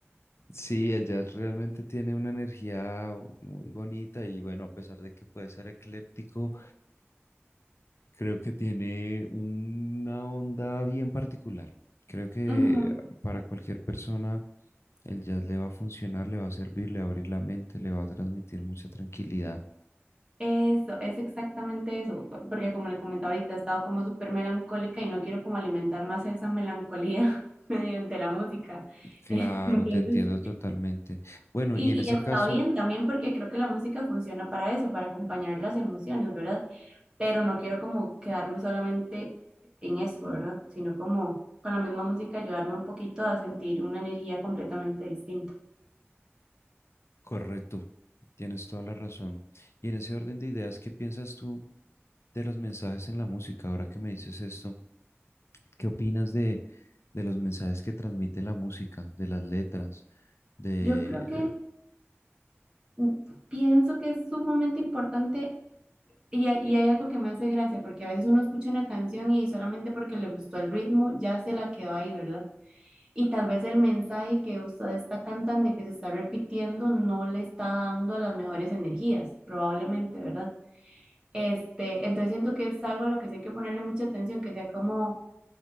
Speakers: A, on the left; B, on the right.
A: Sí, el jazz realmente tiene una energía muy bonita y bueno, a pesar de que puede ser ecléptico, Creo que tiene una onda bien particular. Creo que
B: Ujú,
A: para cualquier persona el jazz le va a funcionar, le va a servir, le va a abrir la mente, le va a transmitir mucha tranquilidad.
B: Eso, es exactamente eso, po- porque como le comentaba ahorita, he estado como súper melancólica y no quiero como alimentar más esa melancolía <laughs> mediante la música.
A: Claro,
B: <laughs> Entonces,
A: te entiendo totalmente. Bueno,
B: y,
A: y en ese
B: y está
A: caso,
B: bien también porque creo que la música funciona para eso, para acompañar las emociones, ¿verdad? Pero no quiero como quedarme solamente en eso, ¿verdad? Sino como con la misma música ayudarme un poquito a sentir una energía completamente distinta.
A: correcto, tienes toda la razón. Y en ese orden de ideas, ¿qué piensas tú de los mensajes en la música? Ahora que me dices esto, ¿qué opinas de, de los mensajes que transmite la música, de las letras, de,
B: Yo creo que
A: de-
B: mm, pienso que es sumamente importante y hay, y hay algo que me hace gracia, porque a veces uno escucha una canción y solamente porque le gustó el ritmo ya se la quedó ahí, ¿verdad? Y tal vez el mensaje que usted está cantando y que se está repitiendo no le está dando las mejores energías, probablemente, ¿verdad? Este, entonces siento que es algo a lo que sí hay que ponerle mucha atención, que sea como